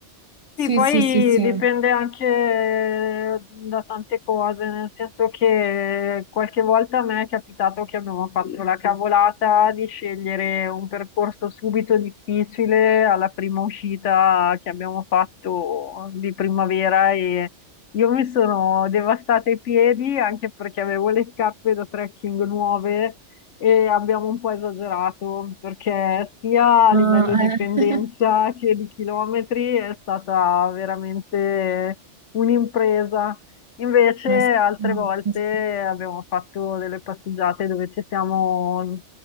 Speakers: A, on the left; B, on the right.
A: Sì,
B: Sì,
A: poi
B: sì, sì, sì.
A: dipende anche da tante cose, nel senso che qualche volta a me è capitato che abbiamo fatto la cavolata di scegliere un percorso subito difficile alla prima uscita che abbiamo fatto di primavera e io mi sono devastata i piedi anche perché avevo le scarpe da trekking nuove e abbiamo un po' esagerato perché sia a
B: Ah,
A: livello di
B: eh.
A: pendenza che di chilometri è stata veramente un'impresa. Invece
B: <laughs> Eh,
A: altre
B: sì, no,
A: volte
B: eh sì.
A: abbiamo fatto delle passeggiate dove ci siamo